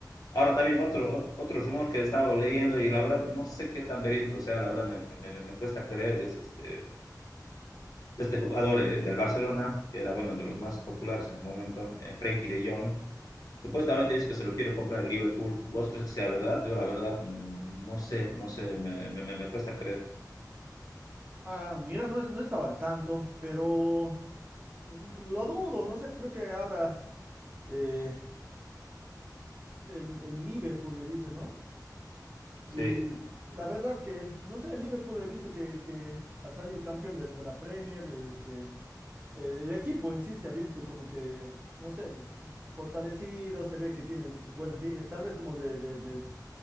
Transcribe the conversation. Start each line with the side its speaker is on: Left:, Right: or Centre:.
Left: Ahora también otro, otro rumor que estaba leyendo y la verdad no sé qué tan verídico sea, la verdad me, me, me cuesta creer, es este, este jugador eh, del Barcelona, que era bueno de los más populares en su momento, eh, Frenkie de Jong, supuestamente dice que se lo quiere comprar el Liverpool, ¿vos crees que sea verdad? Yo la verdad mm, no sé, no sé, me, me me me cuesta creer.
Right: Ah, mira, no, es- no estaba al tanto, pero mm, lo dudo, no sé, creo que ahora eh, el, el Liverpool me dices, ¿no?
Left: Sí,
Right: Y la verdad que, no sé, el Liverpool he visto que, que ha salido campeón de, de la Premier, este, eh, el equipo en sí se ha visto como que, no sé, fortalecido, se ve que tiene buenas líneas, tal vez como de, de- de-